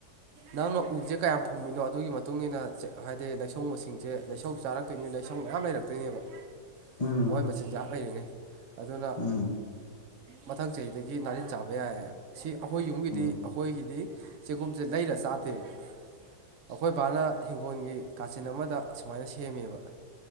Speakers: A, on the right; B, on the left.
A: ꯅꯪꯅ ꯎꯁꯦ ꯀꯌꯥꯝ ꯐꯨꯝꯃꯤꯅꯣ ꯑꯗꯨꯒꯤ ꯃꯇꯨꯡ ꯏꯟꯅ ꯍꯥꯏꯗꯤ ꯂꯥꯏꯁꯧ ꯃꯁꯤꯡꯁꯦ ꯂꯩꯁꯧ ꯆꯥꯔꯛꯇꯣꯏꯅꯤ ꯂꯥꯏꯁꯧ ꯃꯌꯥꯝ ꯂꯩꯔꯛꯇꯣꯏꯅꯦꯕ
B: ꯎꯝ
A: ꯃꯣꯏ ꯃꯆꯤꯟꯖꯥꯛ ꯂꯩꯔꯤꯉꯩ ꯑꯗꯨꯅ
B: ꯎꯝ
A: ꯃꯊꯪ ꯆꯍꯤꯗꯒꯤ ꯅꯥꯔꯤꯟ ꯆꯥꯕ ꯌꯥꯏꯕ ꯁꯤ ꯑꯩꯈꯣꯏ ꯌꯨꯝꯒꯤꯗꯤ
B: ꯎꯝ ꯎꯝ
A: ꯑꯩꯈꯣꯏꯒꯤꯗꯤ ꯆꯦꯒꯨꯝꯁꯦ ꯂꯩꯔ ꯆꯥꯗꯦꯕ ꯑꯩꯈꯣꯏꯕꯥꯅ ꯍꯤꯡꯒꯣꯜꯒꯤ ꯀꯥꯆꯤꯟ ꯑꯃꯗ ꯑꯁꯨꯃꯥꯏꯅ ꯁꯦꯝꯃꯦꯕ